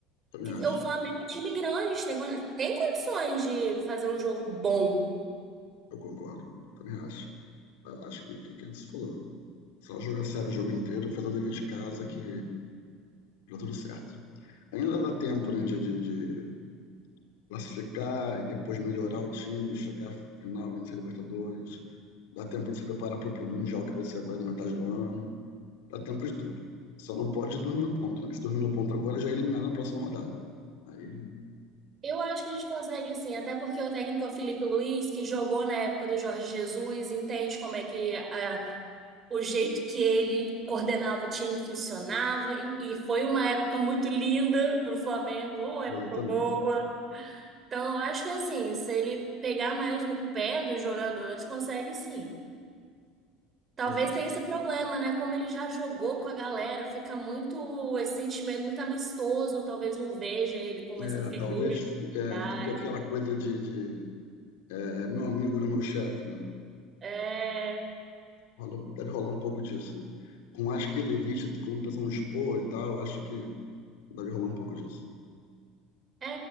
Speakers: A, on the left; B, on the right.
A: Também
B: Que-
A: acho.
B: O Flamengo é um time grande, a gente tem, con- tem condições de fazer um jogo bom.
A: Eu concordo. Também acho. Ah, Acho que que, que ele se falou. Só jogar sério o jogo inteiro, fazer o dever de casa que dá tudo certo. Ainda dá tempo, né, de, de, de classificar e depois melhorar o time, chegar à final, vencer a Libertadores. Dá tempo de se preparar para o Mundial que vai ser agora na metade do ano. Dá tempo de tudo. Só não pode dormir no ponto, né? Porque se dormir no ponto agora, já é eliminado na próxima rodada. Aí,
B: Eu acho que a gente consegue sim, até porque o técnico é o Felipe Luiz, que jogou na época do Jorge Jesus, entende como é que ah, o jeito que ele coordenava o time funcionava, e, e foi uma época muito linda para o Flamengo, uma
A: exatamente.
B: época boa. Então, eu acho que assim, se ele pegar mais no pé dos jogadores, consegue sim. Talvez
A: Pois é.
B: tenha esse problema, né? Como ele já jogou com a galera, fica muito esse sentimento muito amistoso, talvez não veja ele como
A: É,
B: essa figura
A: talvez
B: de
A: é,
B: idade.
A: fique aquela coisa de, de, é, é meu amigo, não é meu chefe, né?
B: É.
A: Rolou- Deve rolar um pouco disso, né? Com acho que ele viste, como o pessoal expor e tal, eu acho que deve rolar um pouco disso.
B: É,